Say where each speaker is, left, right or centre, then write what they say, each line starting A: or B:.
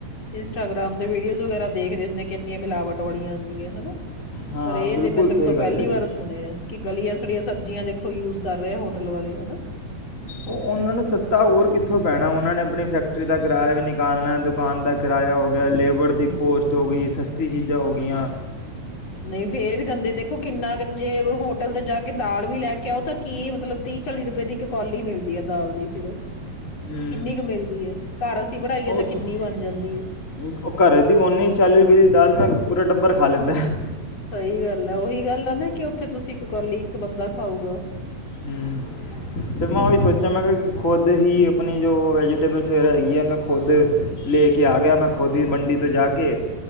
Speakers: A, on the left; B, on the left.
A: ਇੰਸਟਾਗ੍ਰਾਮ ਤੇ ਵੀਡੀਓਜ਼ ਵਗੈਰਾ ਦੇਖਦੇ ਹੁੰਦੇ ਆ ਕਿੰਨੀਆਂ ਮਿਲਾਵਟ ਵਾਲੀਆਂ ਹਨਾ
B: ਹਾਂ
A: ਪਰ ਇਹ ਜੇ
B: ਬਿਲਕੁਲ
A: ਮੈਂ ਤੈਨੂੰ
B: ਸਹੀ
A: ਤੋਂ ਪਹਿਲੀ
B: ਗੱਲ ਹੈ
A: ਵਾਰ
B: ਜੀ
A: ਸੁਣਿਆ ਕਿ ਗਲੀਆਂ ਸੜੀਆਂ ਸਬਜ਼ੀਆਂ ਦੇਖੋ ਯੂਜ ਕਰ ਰਹੇ ਆ ਹੋਟਲ ਵਾਲੇ ਹਨਾ
B: ਉਹ ਉਹਨਾਂ ਨੂੰ ਸਸਤਾ ਹੋਰ ਕਿੱਥੋਂ ਪੈਣਾ ਉਹ ਉਹਨਾਂ ਨੇ ਆਪਣੀ ਫੈਕਟਰੀ ਦਾ ਕਿਰਾਇਆ ਵੀ ਨਿਕਾਲਣਾ ਦੁਕਾਨ ਦਾ ਕਿਰਾਇਆ ਹੋ ਗਿਆ। ਗਿਆ ਲੇਬਰ ਦੀ
A: ਹਮ
B: ਕੋਸਟ ਹੋ ਗਈ ਸਸਤੀ ਚੀਜ਼ਾਂ ਹੋ ਗਈਆਂ।
A: ਨਹੀਂ ਫੇਰ ਵੀ ਦਿੰਦੇ ਦੇਖੋ ਕਿੰਨਾ ਕਿਥੇ ਹੋ ਤੇ ਜਾ ਕੇ ਦਾਲ ਵੀ ਲੈ ਕੇ ਆਓ ਤਾਂ ਕੀ ਮਤਲਬ ਤੀਹ ਚਾਲੀ ਰੁਪਏ ਦੀ ਇੱਕ ਕੌਲੀ ਮਿਲਦੀ ਹੈ ਦਾਲ ਦੀ ਸਿਰਫ
B: ਹੂੰ
A: ਕਿੰਨੀ ਕੁ ਮਿਲਦੀ ਹੈ ਘਰ ਅਸੀਂ ਬਣਾਈਏ ਤਾਂ
B: ਉਥੋ
A: ਕਿੰਨੀ ਬਣ ਜਾਂਦੀ ਹੈ
B: ਘਰੇ ਦੀ ਓਨੀ ਚਾਲੀ ਰੁਪਏ ਦੀ ਦਾਲ ਨਾਲ ਪੂਰਾ ਟੱਬਰ ਖਾ ਲੈਂਦਾ ਏ।
A: ਸਹੀ ਗੱਲ ਹੈ ਉਹੀ ਗੱਲ ਹੈ ਨਾ ਕਿ ਉੱਥੇ ਤੁਸੀਂ ਇੱਕ ਕੌਲੀ ਇੱਕ ਬੰਦਾ ਖਾਊਗਾ।
B: ਹੂੰ ਤੇ ਮੈਂ ਉਹੀ ਸੋਚਿਆ ਮੈਂ ਕਿ ਖੁਦ ਹੀ ਆਪਣੀ ਜੋ ਵੈਜਟੇਬਲਸ ਵਗੈਰਾ ਹੈਗੀ ਹੈ ਮੈਂ ਖੁਦ ਲੈ ਕੇ ਆ ਗਿਆ ਮੈਂ ਖੁਦ ਹੀ ਮੰੰਡੀ ਤੋਂ ਜਾ ਕੇ